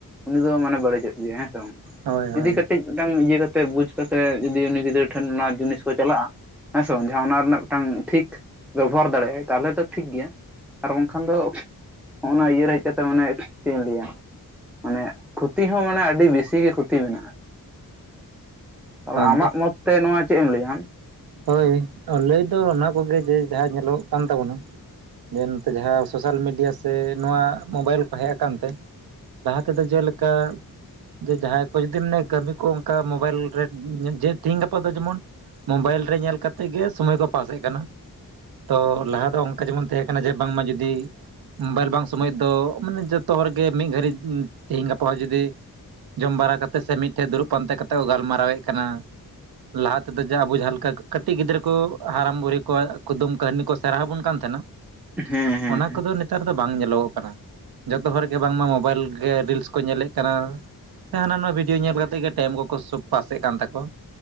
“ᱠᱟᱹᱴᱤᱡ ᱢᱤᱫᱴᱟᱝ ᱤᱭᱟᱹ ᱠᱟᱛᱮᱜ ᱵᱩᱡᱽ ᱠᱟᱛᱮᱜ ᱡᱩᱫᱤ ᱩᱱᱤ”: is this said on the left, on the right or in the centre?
Centre